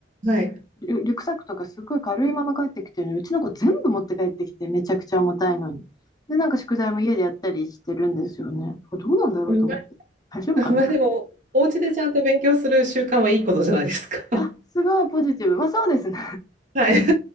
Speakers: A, on the right; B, on the left.
A: はい。
B: リュ、リュックサックとかすごい軽いまま帰ってきてるのに、うちの子全部持って帰ってきて、めちゃくちゃ重たいのに。で、なんか宿題も家でやったりしてるんですよね。これどうなんだろうと思って。
A: うんま
B: 大丈夫かな
A: あ、<laughs> まあでも、お家でちゃんと勉強する習慣はいいことじゃないですか。<laughs>
B: あ、すごいポジティブ。まあそうですね。
A: はい。<laughs>